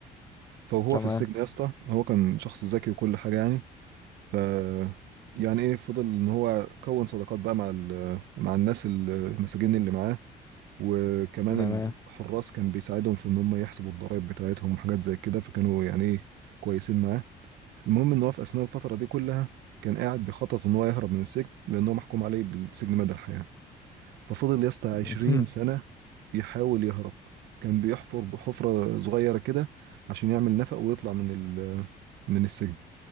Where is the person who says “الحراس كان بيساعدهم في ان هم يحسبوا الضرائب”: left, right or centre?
Right